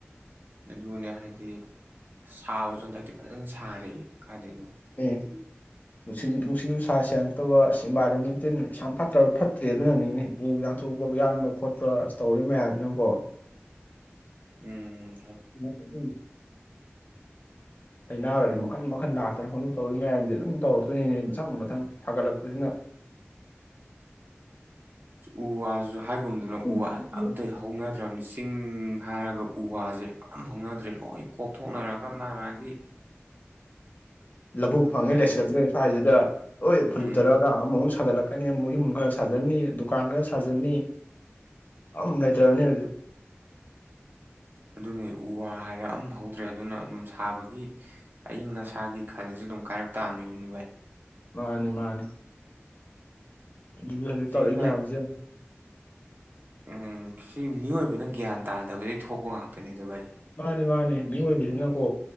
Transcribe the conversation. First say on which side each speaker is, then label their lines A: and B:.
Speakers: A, on the right; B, on the left.
A: ꯑꯗꯨꯅꯦ ꯍꯥꯏꯗꯤ ꯁꯥꯕꯁꯨ ꯍꯟꯗꯛꯇꯤ ꯐꯖꯅ ꯁꯥꯔꯦ ꯀꯥꯏꯗꯩꯅꯣ
B: ꯎꯝ ꯅꯨꯡꯁꯤ ꯅꯨꯡꯁꯤꯠ ꯅꯨꯡꯁꯥ ꯁꯦꯡꯉꯛꯇꯕ ꯏꯟꯚꯥꯏꯔꯣꯟꯃꯦꯟꯇꯦꯟ ꯌꯥꯝ ꯐꯠꯇ꯭ꯔꯕ ꯐꯠꯇ꯭ꯔꯦꯅꯦ ꯑꯗꯨꯅꯅꯤꯅꯦ ꯎ ꯌꯥꯟꯊꯣꯛꯄ ꯌꯥꯟꯕ ꯈꯣꯠꯄ ꯇꯧꯔꯤ ꯃꯌꯥꯝꯗꯨꯅꯀꯣ
A: ꯎꯡ
B: <unintelligible> ꯀꯩꯅꯣ ꯃꯈꯟ ꯃꯈꯟ ꯂꯥꯛꯇꯅ ꯄꯪꯇꯧ ꯇꯧꯔꯤꯕ ꯃꯌꯥꯝꯖꯦ ꯑꯗꯨꯝ ꯇꯧꯔꯛꯇꯣꯏꯅꯤꯅꯦ ꯃꯊꯪ ꯃꯊꯪ ꯊꯥꯒꯠꯂꯛꯄꯅꯤꯅ
A: ꯎ ꯋꯥꯖꯨ ꯍꯥꯏꯒꯨꯝꯗꯅ
B: ꯑꯗꯨꯅꯦ
A: ꯎ ꯋꯥꯁꯦ ꯑꯝꯇ ꯍꯧꯅꯗ꯭ꯔꯕꯅꯤ ꯆꯤꯡ ꯍꯥꯏꯔꯒ ꯎ ꯋꯥꯁꯦ ꯑꯝ ꯍꯧꯅꯗ꯭ꯔꯦ ꯂꯣꯏ ꯀꯣꯛꯊꯣꯛꯅꯔꯒ ꯃꯥ ꯃꯥꯒꯤ
B: ꯂꯧꯕꯨꯛ ꯐꯪꯉꯦ
A: ꯀꯩꯅꯣ
B: ꯂꯩꯁꯤꯜꯂꯛꯇ꯭ꯔꯦ ꯏꯝꯐꯥꯜꯁꯤꯗ ꯍꯣꯏ
A: ꯎꯝ
B: ꯐꯨꯗꯔꯛꯑ ꯑꯃꯛꯨꯛ ꯁꯥꯒꯠꯂꯛ ꯀ ꯃꯌꯨꯝ ꯈꯔ ꯁꯥꯖꯟꯅꯤ ꯗꯨꯀꯥꯟ ꯈꯔ ꯁꯥꯖꯟꯅꯤ ꯑꯝ ꯂꯩꯇ꯭ꯔꯕꯅꯤ ꯍꯧꯖꯤꯛ
A: ꯑꯗꯨꯅꯤ ꯎ ꯋꯥ ꯍꯥꯏꯔ ꯑꯝ ꯍꯧꯗ꯭ꯔꯦ ꯑꯗꯨꯅ ꯑꯗꯨꯝ ꯁꯥꯕꯒꯤ ꯑꯏꯪ ꯑꯁꯥꯒꯤ ꯈꯜꯁꯨ ꯑꯗꯨꯝ ꯀꯥꯏꯔꯛ ꯇꯥꯕꯅꯤ ꯚꯥꯏ
B: ꯃꯥꯅꯤ ꯃꯥꯅꯤ ꯑꯗꯨ ꯍꯧꯖꯤꯛ
A: ꯁꯤ
B: ꯇꯧꯔꯛꯏ
A: ꯚꯥꯏ
B: ꯃꯌꯥꯝꯁꯤ ꯌꯦꯡꯎ
A: ꯎꯝ ꯁꯤ ꯃꯤꯑꯣꯏꯕꯅ ꯒ꯭ꯌꯥꯟ ꯇꯥꯗꯕꯗꯒꯤ ꯊꯣꯛꯄ ꯉꯥꯛꯇꯅꯤꯗ ꯚꯥꯏ
B: ꯃꯥꯅꯤ ꯃꯥꯅꯤ ꯃꯤꯑꯣꯏꯕ ꯁꯤꯅꯀꯣ